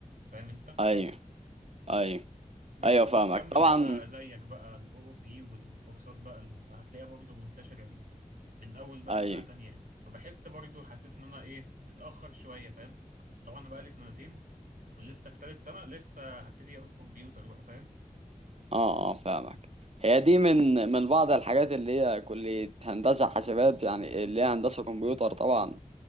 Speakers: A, on the right (about 80°); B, on the right (about 50°).
A: فاهم انت
B: ايوه ايوه
A: بس
B: ايوه فاهمك
A: وتكمل
B: طبعا
A: بقى زيك بقى الاو او بي والكورسات بقى اللي هتلاقيها برضه منتشرة دي من اول بقى
B: ايوه
A: سنة تانية يعني فبحس برضه حسيت ان انا ايه متأخر شوية فاهم لو انا بقى لي سنتين ولسه في تالت سنة لسه هبتدي أقول كمبيوتر بقى فاهم
B: اه اه فاهمك هي دي من من بعض الحاجات اللي هي كلية هندسة حاسبات يعني اللي هي هندسة كمبيوتر طبعا